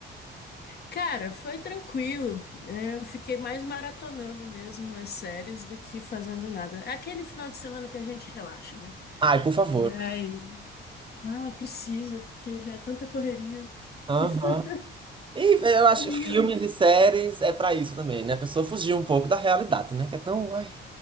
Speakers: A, on the left (about 55°); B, on the right (about 25°).
A: cara, foi tranquilo. É, Eu fiquei mais maratonando mesmo as séries do que fazendo nada. É aquele final de semana que a gente relaxa, né?
B: Ai, por favor.
A: E aí, ah, precisa, porque já é tanta correria.
B: Aham.
A: <laughs>
B: E eu acho
A: E
B: que filmes
A: eu-
B: e séries é pra isso também, né? A pessoa fugir um pouco da realidade, né? Que é tão. Ai,